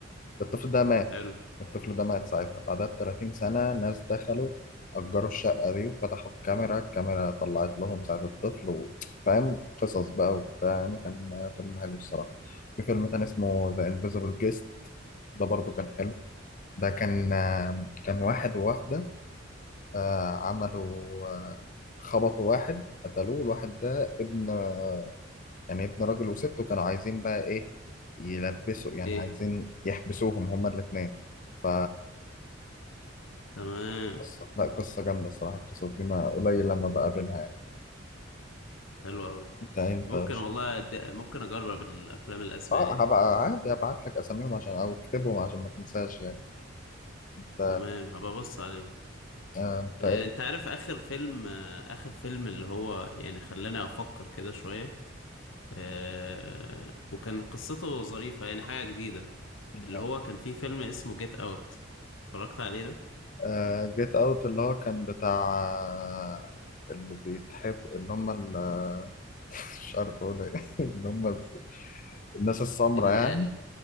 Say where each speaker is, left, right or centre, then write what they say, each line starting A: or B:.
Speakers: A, on the left (about 40°); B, on the left (about 80°).
A: الطفل ده مات
B: حلو
A: الطفل ده مات ساعتها بعدها بتلاتين سنة ناس دخلوا أجروا الشقة دي وفتحوا الكاميرا الكاميرا طلعت لهم ساعة الطفل و- فاهم قصص بقى وبتاع يعني كان فيلم حلو الصراحة في فيلم تاني اسمه The Invisible Guest ده برضو كان حلو ده كان كان واحد وواحدة آه، عملوا آه، خبطوا واحد قتلوه الواحد ده ابن آه، يعني ابن راجل وست وكانوا عايزين بقى ايه يلبسوا يعني
B: ايه
A: عايزين يحبسوهم هما الاتنين ف
B: تمام
A: قصة لا قصة جامدة الصراحة القصص دي ما قليل لما بقابلها يعني
B: حلو قوي
A: انت انت
B: ممكن
A: ش-
B: والله أد... ممكن اجرب الافلام الاسباني
A: اه
B: دي
A: هبقى عادي هبعت لك اساميهم عشان او اكتبهم عشان ما تنساش يعني انت
B: تمام هبقى ابص عليه
A: آه انت
B: آه،
A: ايه
B: انت عارف اخر فيلم آه، اخر فيلم اللي هو يعني خلاني افكر كده شوية آه، وكان قصته ظريفة يعني حاجة جديدة
A: الم-
B: اللي هو كان فيه فيلم اسمه جيت اوت اتفرجت عليه ده
A: آه جيت اوت اللي هو كان بتاع آه، اللي بيتحب اللي هم ال- آه، <laughs> مش عارف اقول ايه <laughs> اللي هم الناس السمرا
B: إن...
A: يعني
B: آه،